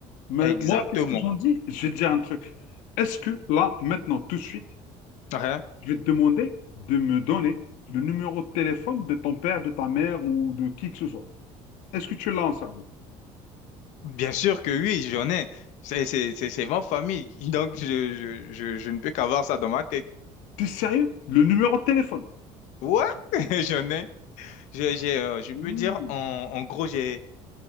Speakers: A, on the left; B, on the left.
A: Mais
B: Exactement.
A: moi, qu'est-ce que j'en dis? Je vais te dire un truc. Est-ce que là, maintenant, tout de suite,
B: Hein?
A: Je vais te demander de me donner le numéro de téléphone de ton père, de ta mère ou de qui que ce soit. Est-ce que tu l'as en cerveau?
B: Bien sûr que oui, j'en ai. C'est c'est- c'est- c'est ma famille. <laughs> Donc, je, je, je, je ne peux qu'avoir ça dans ma tête.
A: T'es sérieux? Le numéro de téléphone?
B: Ouais, <laughs> j'en ai. J'ai, j'ai, euh, je
A: Hmm,
B: peux dire, en, en gros, j'ai